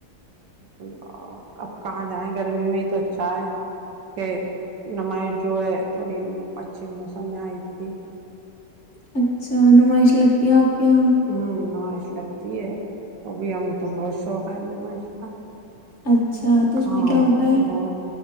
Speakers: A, on the right (about 80°); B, on the left (about 40°).
A: بکل اور اب کہاں جائیں گرمی میں تو اچھا ہے کہ نمائش جو ہے تھوڑی اچھے موسم میں آئی تھی
B: اچھا نمائش لگتی ہے آپ کے یہاں
A: ہوں نو لگتی ہے ابھی ہمیں تو بہت شوق پ نمش کاا
B: اچھا تو اس
A: ہاں
B: میں کیا ہوتا ہے
A: بہت